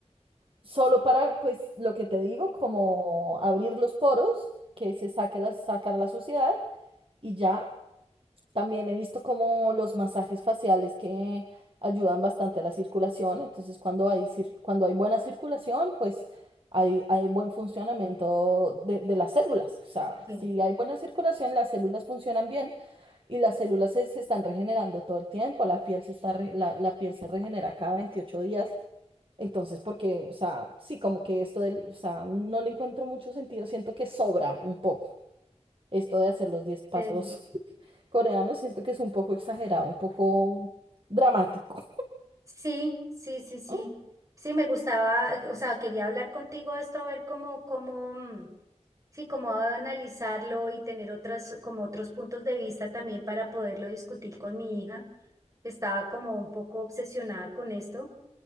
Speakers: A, on the right; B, on the right.
A: solo para, pues, lo que te digo, como abrir los poros, que se saque la, sacar la suciedad y ya. También he visto como los masajes faciales que ayudan bastante a la circulación, entonces cuando hay, cir- cuando hay buena circulación, pues hay, hay buen funcionamiento de, de las células. O sea,
B: Sí.
A: si hay buena circulación, las células funcionan bien y las células se, se están regenerando todo el tiempo, la piel se está re- la, la piel se regenera cada 28 días. Entonces, porque, o sea, sí, como que esto del, o sea, no le encuentro mucho sentido, siento que sobra un poco esto de hacer los 10 pasos
B: Eh,
A: coreano siento que es un poco exagerado, un poco dramático.
B: sí, sí, sí, sí.
A: Mm,
B: Sí, me gustaba, o sea, quería hablar contigo de esto, a ver cómo, cómo, mm, sí, cómo analizarlo y tener otras, como otros puntos de vista también para poderlo discutir con mi hija. que Estaba como un poco obsesionada con esto.